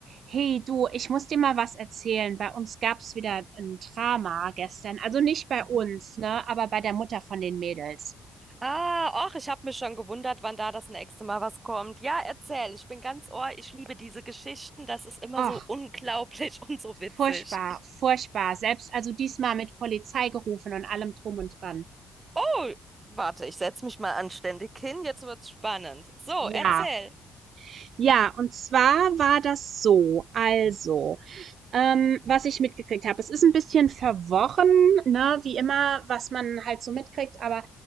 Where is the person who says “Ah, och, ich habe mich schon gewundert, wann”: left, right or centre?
Right